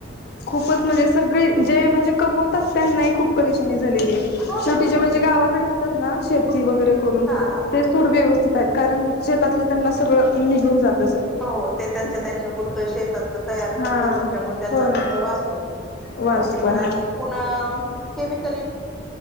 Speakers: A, on the left (about 55°); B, in the centre.
A: खूपच म्हणजे सगळी जे म्हणजे कमवतात त्यांनाही खूप परेशानी झाली
B: हो ना
A: शेवटी
B: हो ना
A: म्हणे गावाक राहतात शेती वगैरे करून
B: हा हा
A: तेथोड व्यवस्थित कारण शेतातलं त्यांना सगळं निघून जात
B: हो ते त्यांच्या त्यांच्या पुुरतं शेतात तयार
A: हा
B: करते त्यांच्यामुळे त्यांचा
A: हो ना.
B: खर्च
A: वाचतो
B: भाजीपाला आणि पुणे केमिकल